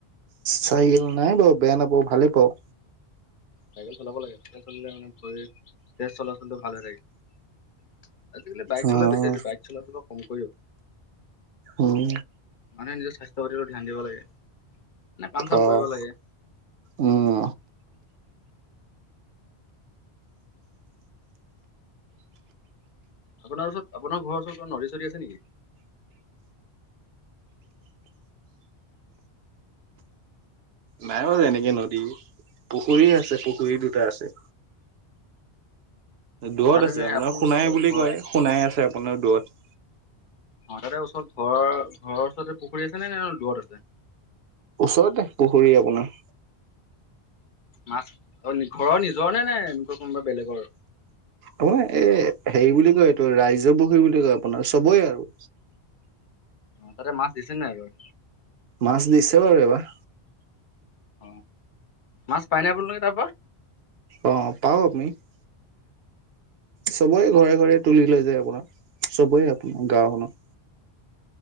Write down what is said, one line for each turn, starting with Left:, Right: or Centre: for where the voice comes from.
Right: চাইকেল নাই বাৰু বেয়া নাপাওঁ ভালে পাওঁ।
Left: চাইকেল চলাব লাগে চাইকেল চলালে মানে ভৰিৰ তেজ চলাচলটো ভাল হৈ থাকে। আজিকালি বাইক
Right: উম,
Left: চলোৱা বেছি হৈছে। বাইক চলোৱা টোও <unintelligible>
Right: উম,
Left: মানুহে নিজৰ স্বাস্থ্যৰ প্ৰতি তো ধ্যান দিব লাগে। মানে কাম চাম
Right: অ',
Left: কৰিব লাগে।
Right: উম,
Left: আপোনাৰ ওচৰত আপোনাৰ ঘৰৰ ওচৰত কিবা নদী চদী আছে নেকি?
Right: নাই বাৰু এনেকে নদী, পুখুৰী আছে পুখুৰী দুটা আছে। দূৰত
Left: তাতে
Right: আছে।
Left: নে
Right: আপোনাৰ
Left: আপোনালোকৰ
Right: সোণাই বুলি
Left: ঘৰৰ
Right: কয় সোণাই আছে আপোনাৰ দূৰত।
Left: অ তাতে ওচৰত ঘৰ- ঘৰৰ ওচৰতে পুখুৰী আছে নে? নে দূৰত আছে?
Right: ওচৰতে পুখুৰী আপোনাৰ।
Left: মাছ। অনি ঘৰৰ নিজৰ নে নে? এনেকুৱা কোনোবা বেলেগৰ?
Right: আপোনাৰ এই হেৰি বুলি কয় এইটো ৰাইজৰ পুখুৰী বুলি কয় আপোনাৰ চবৰে আৰু।
Left: তাতে মাছ দিছে নাই এইবাৰ?
Right: মাছ দিছে বাৰু এইবাৰ।
Left: <inaudible> মাছ পাই নে আপোনালোকে তাৰ পৰা?
Right: অ। পাও <unintelligible> চবৰে ঘৰে ঘৰে। তুলি লৈ যায় আপোনাৰ। চবৰে আপোনা- গাওঁখনৰ।